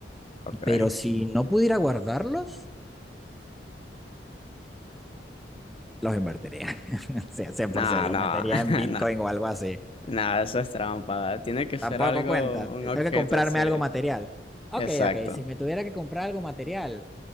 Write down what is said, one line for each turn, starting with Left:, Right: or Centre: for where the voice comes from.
Left: ok.
Centre: Pero si no pudiera guardarlos, los invertiría. <laughs> sí, 100%,
Left: No, no,
Centre: los metería en
Left: <laughs>
Centre: Bitcoin
Left: no,
Centre: o algo así.
Left: no, eso es trampa. Tiene que
Centre: Tampoco
Left: ser algo,
Centre: cuenta, Te-
Left: un objeto,
Centre: tengo que comprarme
Left: sí.
Centre: algo material. Ok,
Left: Exacto.
Centre: ok, si me tuviera que comprar algo material,